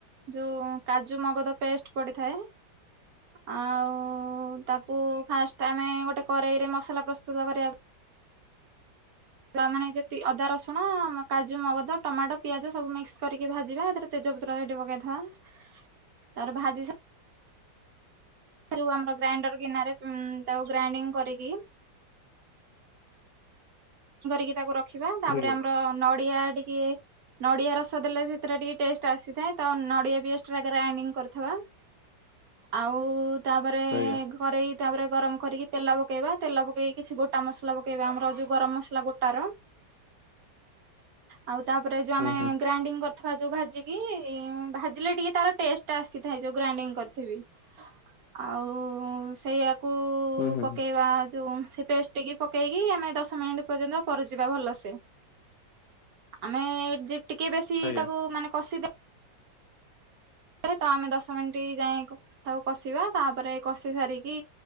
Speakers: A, on the right (about 55°); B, on the left (about 70°).
A: ଯୋଉ କାଜୁ ମଗଦ ପେଷ୍ଟ ପଡି଼ଥାଏ। ଆଉ ତାକୁ ଫାଷ୍ଟ ଆମେ ଗୋଟେ କରେଇରେ ମସଲା ପ୍ରସ୍ତୁତ କରିବା। ମାନେ ଯଦି ଅଦା ରସୁଣ କାଜୁ ମଗଦ ଟମାଟୋ ପିଆଜ ସବୁ ମିକ୍ସ କରିକି ଭାଜିବା ତେଜପତ୍ର କାଟି ପକେଇ ଥିବା। ତାପରେ ଭାଜିସାରଲା ଯଉ ଆମର ଗ୍ରାଇଣ୍ଡର ଗିନାରେ ତାକୁ ଗ୍ରାଇଡିଙ୍ଗ କରିକି କରିକି ତାକୁ ରଖିବା ତାପରେ
B: ଆଜ୍ଞା
A: ଆମର ନଡ଼ିଆ ଟିକେ ନଡ଼ିଆ ରସ ଦେଲେ ସେଥିରେ ଟିକେ ଟେଷ୍ଟ ଆସିଥାଏ ତ ନଡ଼ିଆ ବି ଏକ୍ସଟ୍ରା ଗ୍ରାଇଣ୍ଡିଙ୍ଗ କରିଥିବା। ଆଉ ତାପରେ
B: ଆଜ୍ଞା
A: କରେଇ ତାପରେ ଗରମ କରିକି ତେଲ ପକେଇବା। ତେଲ ପକେଇକି କିଛି ଗୋଟା ମସଲା ପକେଇବା ଆମର ଯୋଉ ଗରମ ମସ ମସଲା ଗୋଟାର। ଆଉ ତାପରେ ଆମେ
B: ହୁଁ
A: ଯୋଉ
B: ହୁଁ
A: ଗ୍ରାଇଣ୍ଡିଙ୍ଗ କରି ଥିବା ଯୋଉ ଭାଜିକି ଭାଜିଲେ ଟିକେ ତାର ଟେଷ୍ଟ ଟା ଆସିଥାଏ ଯୋଉ ଗ୍ରାଇଣ୍ଡିଙ୍ଗ କରିଥିବେ। ଆଉ ସେଇଆକୁ
B: ହୁଁ ହୁଁ
A: ପକେଇବା ଯୋଉ ସେ ପେଷ୍ଟ କୁଟିକି ପକେଇକି ଆମେ ଦଶ ମିନିଟ୍ ପରଦିନ ପରସିବା ଭଲ ସେ। ଆମେ ଟ୍ରିପ୍ ଟିକେ ବେଶି
B: ଆଜ୍ଞା
A: ତାକୁ ମାନେ କଷି ଦେ ତ ଆମେ ଦଶ ମିଣ୍ଟି ଯାଏଁ ତାକୁ କଷିବା ତାପରେ କଷି ସାରିକି